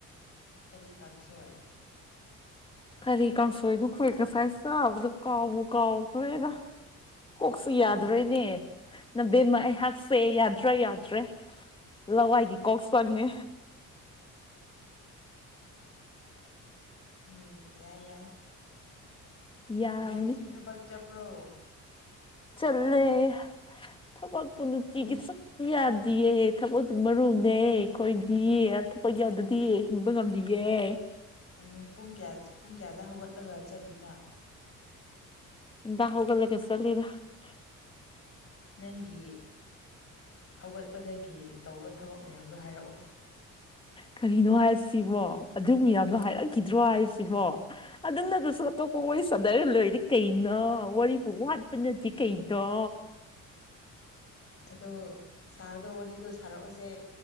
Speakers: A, on the left (about 45°); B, on the left (about 15°).
A: ꯀꯔꯤ ꯀꯥꯡꯁꯣꯏ
B: ꯀꯔꯤ ꯀꯥꯡꯁꯣꯏꯅꯣ ꯈꯣꯏ ꯉꯁꯥꯏ ꯆꯥꯕꯗꯣ ꯀꯥꯎꯕꯨ ꯀꯥꯎꯈ꯭ꯔꯦꯗ ꯀꯣꯛꯁꯤ ꯌꯥꯗꯔ꯭ꯦꯅꯦ ꯅꯕꯦꯝꯃ ꯑꯩꯍꯥꯛꯁꯦ ꯌꯥꯗ꯭ꯔꯦ ꯌꯥꯗ꯭ꯔꯦ ꯂꯋꯥꯏꯒꯤ ꯀꯣꯛ ꯆꯪꯉꯦ
A: ꯎꯝ ꯌꯥꯏ ꯌꯥꯏ
B: ꯌꯥꯕꯅꯤ
A: ꯅꯪ ꯉꯁꯤ ꯊꯕꯛ ꯆꯠꯄ꯭ꯔꯣ
B: ꯆꯜꯂꯦ ꯊꯕꯛ ꯄꯨꯂꯨꯇꯤꯒꯤ
A: ꯄꯨꯡ
B: ꯁꯛꯇꯄꯤ ꯌꯥꯗ ꯑ ꯊꯕꯛ ꯑꯗꯨꯝ ꯃꯔꯨꯅꯦ ꯑꯩꯈꯣꯏꯗꯤꯌꯦ ꯑ ꯊꯕꯛ ꯌꯥꯎꯗꯗꯤꯌꯦ ꯍꯤꯡꯕ ꯉꯝꯗꯌꯦ
A: ꯎꯝ ꯄꯨꯡ ꯀꯌꯥ ꯄꯨꯡ ꯀꯌꯥꯗ ꯍꯧꯒꯠꯂꯒ ꯆꯠꯂꯤꯕ
B: <unintelligible> <inaudible>
A: ꯅꯪꯒꯤ ꯍꯧꯒꯠꯄꯗꯒꯤ ꯇꯧꯕ ꯊꯕꯛ ꯃꯌꯥꯝꯗꯣ ꯍꯥꯏꯔꯛꯑꯣ <unintelligible> <inaudible>
B: ꯀꯔꯤꯅꯣ ꯍꯥꯏꯁꯤꯕꯣ ꯑꯗꯨ ꯃꯌꯥꯝꯗꯣ ꯍꯥꯏꯔꯛꯈꯤꯗ꯭ꯔꯣ ꯍꯥꯏꯁꯤꯕꯣ ꯑꯗꯨꯝꯅꯗꯨꯁꯨ ꯑꯇꯣꯞꯄ ꯋꯥꯔꯤ ꯁꯥꯟꯅ ꯂꯣꯏꯔꯦ ꯀꯩꯅꯣ ꯋꯥꯨ ꯋꯥꯠꯄꯅꯗꯤ ꯀꯩꯅꯣ
A: ꯑꯗꯣ ꯁꯥꯔꯗ ꯋꯥꯔꯤꯗꯣ ꯁꯥꯔꯛꯑꯣꯁꯦ